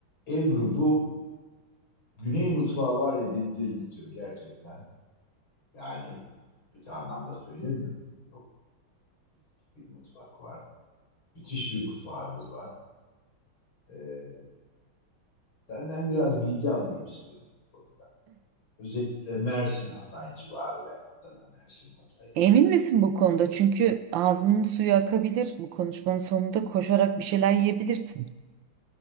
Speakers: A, on the left; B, on the right.
A: Ebru bu Güney mutfağı var ya beni delirtiyor gerçekten. Yani kötü anlamda söylemiyorum. Çok müthiş bir mutfak var. Müthiş bir mutfağınız var. Ee, senden biraz bilgi alayım istiyorum bu konuda. Özellikle Mersin Hatay civarı yani Adana, Mersin, Hatay,
B: Emin misin bu konuda?
A: Güney.
B: Çünkü ağzının suyu akabilir. Bu konuşmanın sonunda koşarak bir şeyler yiyebilirsin.